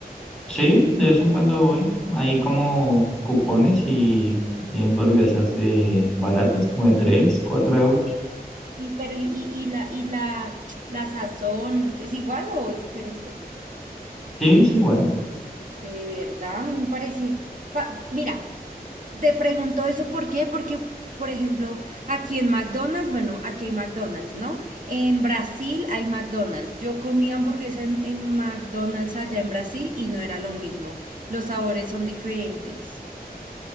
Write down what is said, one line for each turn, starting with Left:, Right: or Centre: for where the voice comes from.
Centre: Sí, de vez en cuando voy. Hay como cupones y, y hamburguesas de baratas, como de 3, 4 euros.
Right: Y pero y, y- y la y la la sazón es igual o es diferente?
Centre: Sí, es igual.
Right: De verdad, a mí me parece. pa- mira, te pregunto eso ¿por qué? Porque, por ejemplo, aquí en McDonald's, bueno, aquí hay McDonald's, ¿no? En Brasil hay McDonald's. Yo comí hamburguesa en, en McDonald's allá en Brasil y no era lo mismo. Los sabores son diferentes.